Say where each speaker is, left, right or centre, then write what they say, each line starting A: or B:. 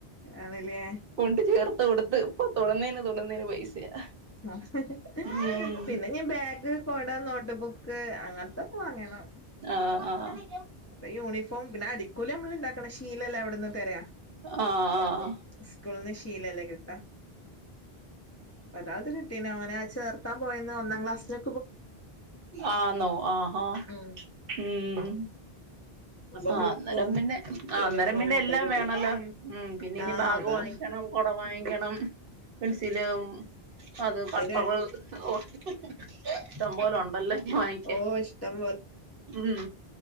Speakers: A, on the left; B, on the right.
A: ആണല്ലേ
B: കൊണ്ട് ചേർത്ത് കൊടുത്ത് ഇപ്പോ തൊടുന്നേന് തൊടുന്നേന് പൈസയാ.
A: ആഹ്
B: ഉം
A: പിന്നെ ഇഞ് ബാഗ്, കൊട, നോട്ട് ബുക്ക് അങ്ങനത്തെ ഒക്കെ വാങ്ങണം.
B: ആഹ് ആഹ്
A: അപ്പ യൂണിഫോം പിന്നെ അടിക്കൂലി ഞമ്മള് ഇണ്ടാക്കണം ശീലല്ലേ അവിടന്ന് തെരാ
B: ആഹ് ആഹ് ആഹ്
A: സ്കൾന്ന് ശീലല്ലേ കിട്ടാ ഒരാൾത് കിട്ടിന് ഓനെ ചേർത്താം പോയന്ന് ഒന്നാം ക്ലാസ്സില്
B: ആന്നോ ആഹ
A: ആഹ്
B: ഉം.
A: അപ്പൊ
B: ആഹ്
A: ബുക്കും
B: അന്നേരം പിന്നെ അന്നേരം
A: യൂണിഫോമും
B: പിന്നെ
A: ഒക്കെ
B: എല്ലാം
A: കിട്ടി
B: വേണല്ലോ ഉം പിന്നെ ഇനി
A: ആഹ്
B: ബാഗ്
A: അതാ
B: വാങ്ങി ക്കണം കൊട വാങ്ങിക്കണം. പെൻസിലും അത് പത്തറുപത്
A: അയിന്
B: ഓഹ് ഇഷ്ടം പോലെ ഒണ്ടല്ലോ വാങ്ങിക്കാൻ.
A: ഓ ഇഷ്ടം
B: ഉം